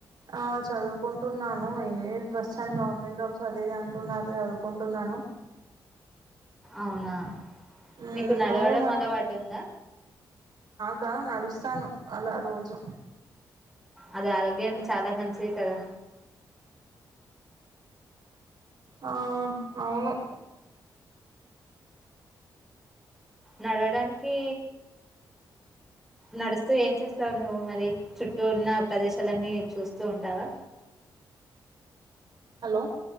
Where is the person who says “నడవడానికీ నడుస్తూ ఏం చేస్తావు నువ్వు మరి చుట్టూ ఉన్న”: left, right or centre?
Centre